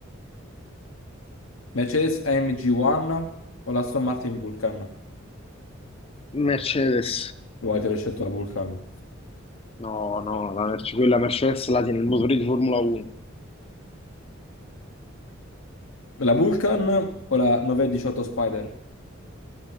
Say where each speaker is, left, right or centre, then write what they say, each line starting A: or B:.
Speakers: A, on the left; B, on the left.
A: Mercedes AMG One o la Aston Martin Vulcan?
B: Mercedes.
A: Voi avete scelto la Vulcan.
B: No, no, la Merce- quella Mercedes la tiene il motore di Formula 1.
A: La Vulcan o la 918 Spider?